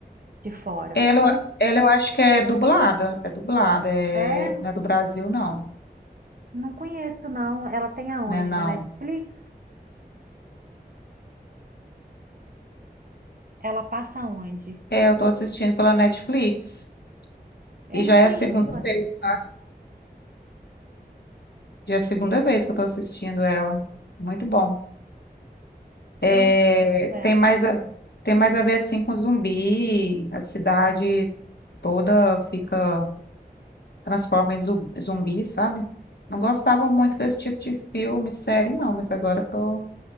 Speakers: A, on the right; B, on the left.
A: de fora?
B: Ela,
A: Que eu não,
B: eu- ela eu acho que é dublada. É dublada, é...
A: é,
B: não é do Brasil, não
A: não conheço não. Ela tem aonde?
B: né? Não.
A: Na Netflix? Ela passa aonde?
B: É, eu tô assistindo pela Netflix.
A: Eu
B: E
A: não
B: já
A: conheço.
B: é a segunda
A: ela.
B: Hum. vez, tá? Já é a segunda vez que eu tô assistindo ela. Muito bom. É,
A: Eu não conheço ela.
B: tem mais a, tem mais a ver assim com zumbi. A cidade toda fica transforma em zu- zumbi, sabe? Não gostava muito desse tipo de filme, série, não, mas agora tô